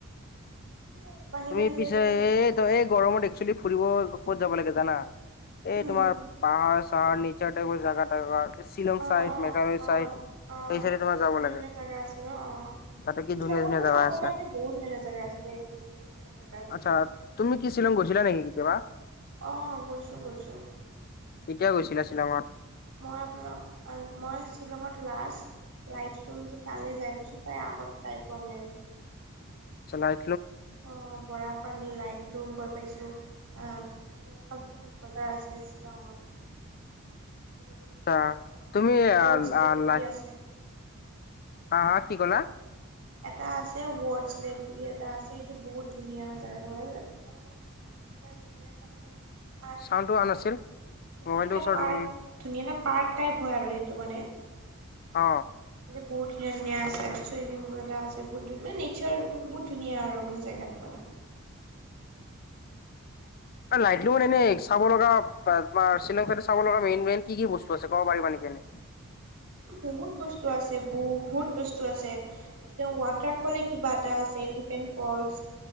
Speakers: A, on the right (about 80°); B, on the left (about 45°).
A: কি আৰু বাঢ়ি
B: তুমি
A: বাঢ়ি
B: পিছে
A: যাই থাকিব
B: এই এই গৰমত একচুৱেলি ফুৰিব ক'ত যাব লাগে জানা
A: উম
B: এই তোমাৰ পাহাৰ চাহাৰ নেচাৰ টাইপৰ জেগা এ শ্বিলং
A: অ
B: চাইড
A: অ
B: মেঘালয়
A: অ
B: চাইড।
A: অ
B: সেই চাইডে তোমাৰ যাব
A: ধুনীয়া
B: লাগে
A: ধুনীয়া জাগা আছে ন অ
B: তাতে কি
A: শ্বিলঙতো
B: ধুনীয়া ধুনীয়া জাগা
A: চাবলে
B: আছে
A: বহুত ধুনীয়া জেগা আছিলে বহুত ধুনীয়া জেগা আছে
B: আচ্ছা তুমি কি শ্বিলং গৈছিলা নেকি কেতিয়াবা
A: আহ গৈছো গৈছো
B: কেতিয়া গৈছিলা শ্বিলংত
A: মই আপোনাৰ মই শ্বিলঙত লাষ্ট লাইটৰুম যে তালৈ যাই পাইছোঁ। আগত চাই পোৱা নাই আৰু ব।
B: চল আই
A: অ বৰা পানী লাইক ৰুম গৈ পাইছো আহ এখন পুলিচ বজাৰ আছে শ্বিলংত এখন আৰু
B: আ
A: এটা
B: তুমি
A: ৱৰ্ডশ্লেক
B: আ আ
A: বুলি
B: লাই
A: আছে।
B: হা হা কি ক'লা
A: এটা আছে ৱৰ্ডশ্লেক বুলি এটা আছে সেইটো বহুত ধুনীয়া হয় জেগাটো মানে এটা মানে ত ধুনীয়া ত মানে পাৰ্ক
B: চাউণ্ডটো
A: টাইপৰ
B: অহা
A: আৰু
B: নাছিল
A: ধুনীয়া
B: মোবাইলটো
A: এটা
B: ওচৰত
A: পাৰ্ক
B: লৈ
A: ধুনীয়া এটা পাৰ্ক টাইপ হয় আৰু সেইটো মানে।
B: অ
A: বুটত নে আছে সইমিং এটা আছে বহুত ধ মানে নেচাৰ মানে বহুত ধুনীয়া আৰু মানে জেগাটো মানে <unintelligible>
B: লাইটলি এনে চাব লগা তোমাৰ শ্বিলং চাইড চাব লগা মেইন মেইন কি কি বস্তু আছে ক'ব পাৰিবা শ নকে নি
A: বহুত বস্তু আছে বহুত বস্তু আছে একদম ৱাটাৰ ফলে কিবা এটা আছে এলিফেন্ট ফলচ